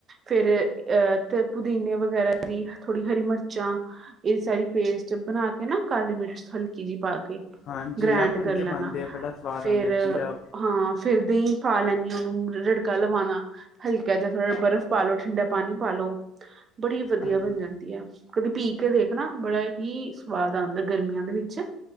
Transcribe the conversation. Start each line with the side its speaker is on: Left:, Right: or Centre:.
Right: ਫੇਰ ਅਹ ਤੇ ਪੁਦੀਨੇ ਵਗੈਰਾ ਦੀ ਥੋੜ੍ਹੀ ਹਰੀ ਮਰਚਾਂ। ਇਹ ਸਾਰੀ ਪੇਸਟ ਬਣਾ ਕੇ ਨਾ ਕਾਲੀ ਮਿਰਚ ਹਲਕੀ ਜਿਹੀ ਪਾ ਕੇ
Left: ਹਾਂ ਜੀਰਾ
Right: ਗ੍ਰੈਂਡ
Left: ਭੁੰਨ
Right: ਕਰ ਲੈਣਾ,
Left: ਕੇ ਪਾਉਂਦੇ ਆ ਬੜਾ ਸਵਾਦ
Right: ਫੇਰ
Left: ਆਉਂਦਾ ਜੀਰਾ
Right: ਹਾਂ ਫੇਰ ਦਈ ਪਾ ਲੈਨੀ ਆ ਉਹਨੂੰ ਰਿੜਕਾ ਲਵਾਉਣਾ, ਹਲਕਾ ਜਾ ਥੋੜ੍ਹਾ ਬਰਫ਼ ਪਾ ਲੋ, ਠੰਡਾ ਪਾਣੀ ਪਾ ਲੋ ਬੜੀ ਵਧੀਆ
Left: ਹਾਂਜੀ
Right: ਬਣ ਜਾਂਦੀ ਏ। ਕਦੀ ਪੀ ਕੇ ਵੇਖਨਾ, ਬੜਾ ਹੀ ਸਵਾਦ ਆਉਂਦਾ ਗਰਮੀਆਂ ਦੇ ਵਿੱਚ